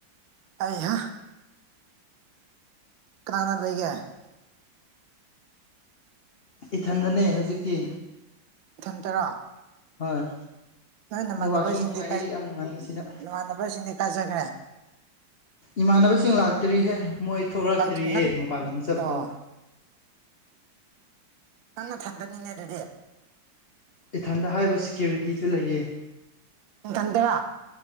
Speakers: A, on the right; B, on the left.
A: ꯑꯩꯍ ꯀꯅꯥꯥ ꯀꯅꯥ ꯂꯩꯒꯦ
B: ꯏꯊꯟꯗꯅꯦ ꯍꯧꯖꯤꯛꯇꯤ
A: ꯏꯊꯟ ꯇꯔꯥ
B: ꯍꯣꯏ
A: ꯅꯣꯏ ꯅꯃꯥꯟꯅꯕꯁꯤꯡꯗꯤ
B: ꯅꯦꯠꯋꯥꯛꯁꯨ ꯅꯨꯡꯉꯥꯏꯌꯦ ꯌꯥꯝ ꯅꯨꯡꯉꯥꯏꯌꯦ ꯁꯤꯗ
A: ꯅꯃꯥꯟꯅꯕꯁꯤꯡꯗꯤ ꯀꯥꯖꯈ꯭ꯔꯦ
B: ꯏꯃꯥꯟꯅꯕꯁꯤꯡ ꯂꯥꯛꯇ꯭ꯔꯤꯍꯦ ꯃꯣꯏ ꯊꯣꯛꯂꯛꯇ꯭ꯔꯤꯌꯦ
A: ꯂꯥꯛ ꯅꯪ
B: ꯃꯄꯥꯟ ꯂꯝ ꯆꯠꯕꯗꯣ
A: ꯑꯣ ꯅꯪ ꯊꯟꯗꯅꯤꯅꯦ ꯑꯗꯨꯗꯤ
B: ꯏꯊꯟꯗ ꯍꯥꯏꯔꯤꯕ ꯁꯦꯀ꯭ꯌꯨꯔꯤꯇꯤꯁꯨ ꯂꯩꯌꯦ
A: ꯏꯊꯟꯇꯔ